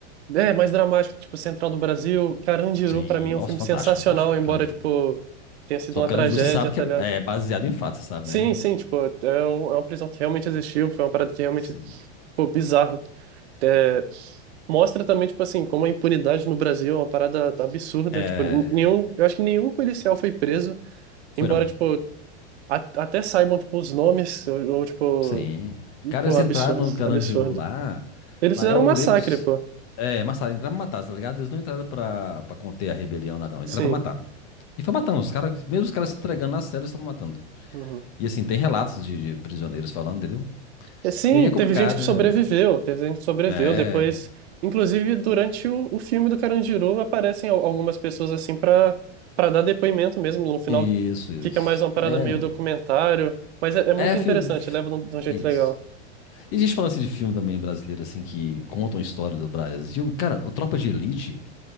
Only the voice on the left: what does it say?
Sim,
nossa,
fantástico,
fantástico.
Carandiru.
Só
que Carandiru
você sabe
que é,
é baseado em fatos, você sabe,
né?
Sim.
É...
Foi
não.
Sim.
Cara,
eles
entraram no Carandiru
lá.
lá-
Eu
lembro disso.
É, mataram, entraram pra matar, tá ligado? Eles não entraram pra, pra conter a rebelião lá, não. Entraram
pra matar. E foi matando. Os caras, mesmo os caras se entregando nas celas, estavam matando.
E assim, tem relatos de, de prisioneiros falando, entendeu?
E aí é complicado,
né, velho?
É.
Isso, isso.
É.
É.
fi-
Isso.
E a gente falando assim de filme também brasileiro, assim, que contam a história do Brasil. Cara, o Tropa de Elite.